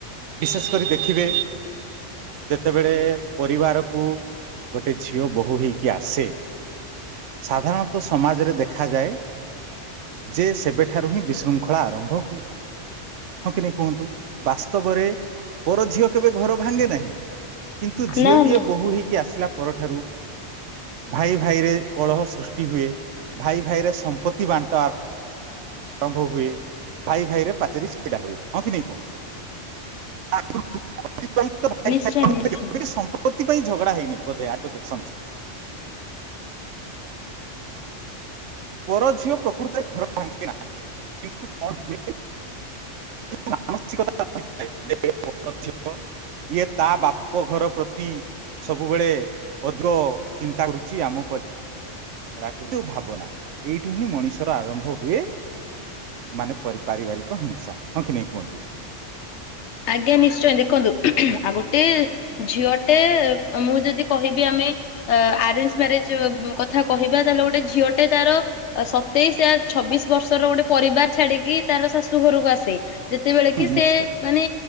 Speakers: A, on the right (about 80°); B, on the left (about 70°).
A: ବିଶେଷ କରି ଦେଖିବେ ଯେତେବେଳେ ପରିବାରକୁ ଗୋଟେ ଝିଅ ବୋହୂ ହେଇକି ଆସେ, ସାଧାରଣତଃ ସମାଜରେ ଦେଖାଯାଏ ଯେ ସେବେଠାରୁ ହିଁ ବିଶୃଙ୍ଖଳା ଆରମ୍ଭ ହୁଏ। ହଁ କି ନାହିଁ କୁହନ୍ତୁ ବାସ୍ତବରେ ପର ଝିଅ କେବେ ଘର ଭାଙ୍ଗେ ନାହିଁ, କିନ୍ତୁ ଝିଅଟିଏ
B: ନା ନା
A: ବୋହୂ ହେଇକି ଆସିଲା ପରଠାରୁ ଭାଇ ଭାଇରେ କଳହ ସୃଷ୍ଟି ହୁଏ। ଭାଇ ଭାଇରେ ସମ୍ପତ୍ତି ବାଣ୍ଟ ଆ ଆରମ୍ଭ ହୁଏ। ଭାଇ ଭାଇରେ ପାଚେରୀ ଛି ଡା ହୁଏ, ହଁ କି ନାଇଁ କୁହନ୍ତୁ? ଆ <unintelligible> ଏଥିପାଇଁ ତ ଭାଇ
B: ନିଶ୍ଚୟ
A: ଭାଇଙ୍କ ଭିତରେ
B: ନିଶ୍ଚୟ।
A: <unintelligible> ସମ୍ପ କୋଉଥି ପାଇଁ ଝଗଡା ହେଇନି ବୋଧେ ଆଗୁରୁ <unintelligible> ପରଝିଅ ପ୍ରକୃତରେ ଘର ଭାଙ୍ଗେ ନାହିଁ, କି କଣ ହୁଏ <unintelligible> ମାନସିକତା ଭିତେରେ ପରଝିଅ ଇଏ ତା ବାପଘର ପ୍ରତି ସବୁବେଳେ ଓ ଅ ଚିନ୍ତା କରୁଛି ଆମ ବ ହେଳା କରୁ ଯୋଉ ଭାବନା ଏଇଠୁ ହିଁ ମଣିଷର ଆରମ୍ଭ ହୁଏ। ମାନେ ପରି ପାରିବାରିକ ହିଂସା ହଁ କି ନାଇ କୁହନ୍ତୁ?
B: ଆଜ୍ଞା ନିଶ୍ଚୟ ଦେଖନ୍ତୁ ଆଉ ଗୋଟେ ଝିଅଟେ ମୁଁ ଯଦି କହିବି ଆମେ ଅ ଆରେଞ୍ଜ ମ୍ୟାରେଜ କଥା କହିବା ତାହେଲେ ଗୋଟେ ଝିଅଟେ ତାର ସତେଇସି ଆ ଛବିଶ ବର୍ଷର ଗୋଟେ ପରିବାର ଛାଡିକି ତାର ଶାଶୁ ଘରକୁ ଆସେ ଯେତେବେଳେ
A: ହୁଁ
B: କି ସେ
A: ନିଶ୍ଚୟ
B: ମାନେ